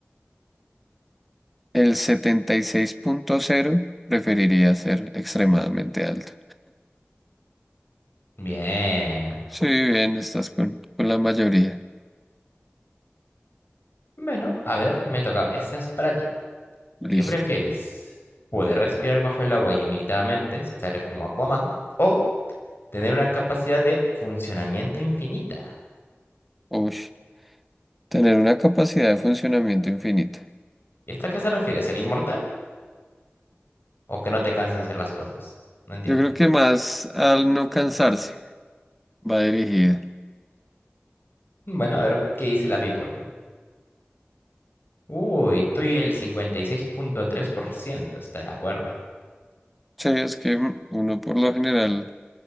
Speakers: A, in the centre; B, on the left.
A: El setenta y seis punto cero preferiría ser extremadamente alto.
B: Bien.
A: Sí, bien, estás con, con la mayoría.
B: Bueno, a ver, me toca. Esta es para ti.
A: Listo.
B: ¿Qué prefieres? ¿Poder respirar bajo el agua ilimitadamente, estar como Aquaman, o tener una capacidad de funcionamiento infinita?
A: Uy, tener una capacidad de funcionamiento infinita.
B: ¿Y esto a qué se refiere? ¿Ser inmortal? ¿O que no te canses de hacer las cosas? No entiendo.
A: Yo creo que más al no cansarse va dirigida.
B: Bueno, a ver qué dice la people. Uy, tú y el 56.3% está de acuerdo.
A: Sí, es que mm, uno por lo general